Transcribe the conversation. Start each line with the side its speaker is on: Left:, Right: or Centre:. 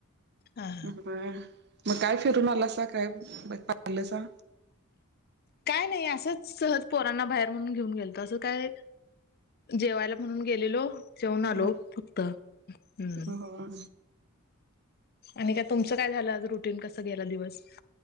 Left: हा.
Right: होय. मग काय फिरून आलासा काय पाहिलंसा?
Left: काय नाई असंच सहज पोरांना बाहेर म्हणून घेऊन गेलतो असं काय जेवायला म्हणून गेलेलो जेवून आलो
Right: हा
Left: फक्त हम्म.
Right: हो
Left: आणि काय तुमचं काय झालं आज रुटीन कस गेलं दिवस?